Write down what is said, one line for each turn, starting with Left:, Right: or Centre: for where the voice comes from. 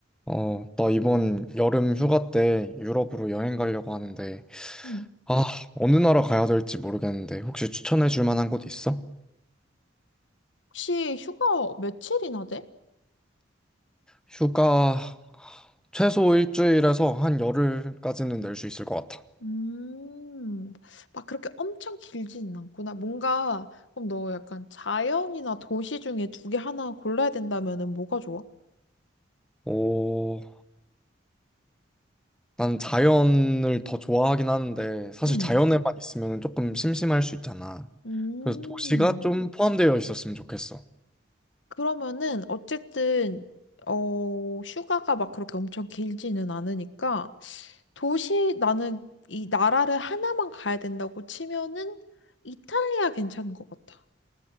Centre: 어, 나 이번 여름 휴가 때 유럽으로 여행 가려고 하는데,
Left: 음.
Centre: 아, 어느 나라 가야 될지 모르겠는데, 혹시 추천해 줄 만한 곳 있어?
Left: 혹시 휴가 며칠이나 돼?
Centre: 휴가 최소 일주일에서 한 열흘까지는 낼 수 있을 것 같아.
Left: 음, 막 그렇게 엄청 길지는 않구나. 뭔가, 그럼 너 약간 자연이나 도시 중에 두 개 하나 골라야 된다면은 뭐가 좋아?
Centre: 오, 난 자연을 더 좋아하긴 하는데, 사실
Left: 음,
Centre: 음. 자연에만 있으면 조금 심심할 수 있잖아.
Left: 음.
Centre: 그래서 도시가 좀 포함되어 있었으면 좋겠어.
Left: 그러면은, 어쨌든, 어, 휴가가 막 그렇게 엄청 길지는 않으니까, 도시, 나는 이 나라를 하나만 가야 된다고 치면은, 이탈리아 괜찮은 것 같아.